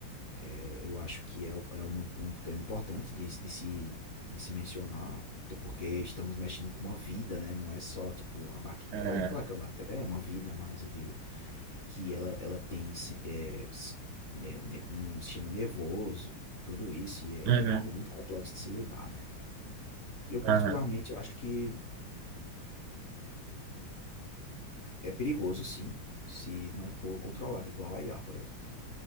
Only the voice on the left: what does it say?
É, eu acho que é, o- é um, um tema importante de, se- de se, de se mencionar, até porque estamos mexendo com uma vida, né? Não é só, tipo, uma bactéria.
Claro que a bactéria é uma vida, mas eu digo que ela, ela tem se- é, s- ne- ne- um sistema nervoso, tudo isso, e é,
é algo muito complexo de se lidar, né? Eu, particularmente,
acho que é perigoso, sim, se não for controlado, igual a IA, por exemplo.